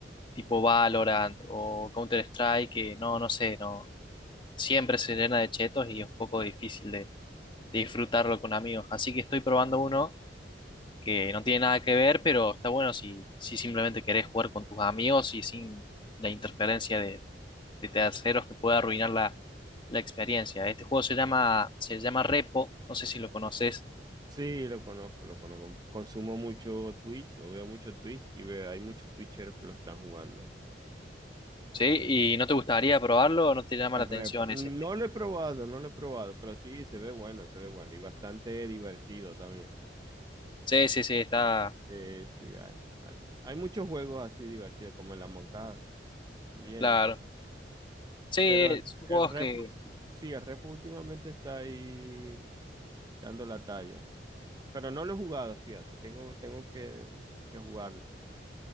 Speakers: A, on the left; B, on the right.
A: tipo Valorant o Counter-Strike, que no, no sé, no, siempre se llena de chetos y es un poco difícil de, de disfrutarlo con amigos, así que estoy probando uno. que no tiene nada que ver, pero está bueno si, si simplemente querés jugar con tus amigos y sin la interferencia de, de terceros que puede arruinar la, la experiencia. Este juego se llama, se llama Repo, no sé si lo conoces,
B: Sí, lo conozco, lo conozco. Consumo mucho Twitch o veo mucho Twitch y veo, hay muchos Twitcheros que lo están jugando.
A: ¿sí? ¿Y no te gustaría
B: Ok.
A: probarlo o no te llama
B: Es
A: la atención
B: repo. No
A: ese? Este?
B: lo he probado, no lo he probado, pero sí se ve bueno, se ve bueno y bastante divertido también.
A: Sí, sí, sí, está
B: Sí, sí, hay, hay, hay muchos juegos así divertidos como el Among Us también.
A: claro. Sí,
B: Pero el,
A: son juegos
B: el repo,
A: que...
B: es- sí, el repo últimamente está ahí dando la talla. Pero no lo he jugado, fíjate, tengo, tengo que, que jugarlo.